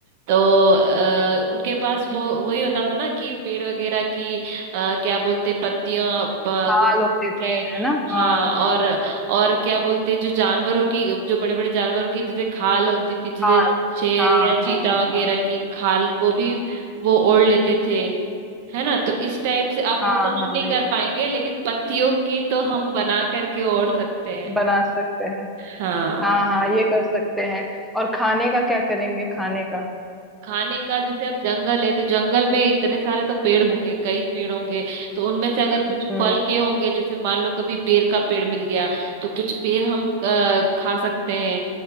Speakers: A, on the right; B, in the centre.
A: तो आ, उनके पास वो वही होता था ना कि पेड़ वगैरह की अ, क्या बोलते पत्तियां अ,
B: खाल
A: कुछ
B: होते थे
A: के
B: है ना
A: हाँ
B: हाँ हाँ
A: और और क्या बोलते जो जानवरों की जो बड़े बड़े जानवरों की जैसे खाल होती थी
B: खाल
A: जैसे शेर
B: हाँ
A: या चीता
B: हाँ
A: वगैरह
B: हाँ
A: की खाल को भी वो ओढ़ लेते थे है ना तो इस टाइप से
B: हाँ
A: आप वो तो हम
B: हाँ
A: नहीं कर
B: ये
A: पाएंगे लेकिन पत्तियों की तो हम
B: हाँ,
A: बना करके ओढ़ सकते हैं
B: बना सकते हैं
A: हाँ
B: हाँ हाँ ये कर सकते हैं और खाने का क्या करेंगे खाने का
A: खाने का जैसे अब जंगल है तो जंगल में इतने सारे तो पेड़ होंगे कई पेड़ होंगे तो उनमें से अगर कुछ
B: हम्म
A: फल के होंगे जैसे मान लो कभी बेर का पेड़ मिल गया तो कुछ पेड़ हम अ, खा सकते हैं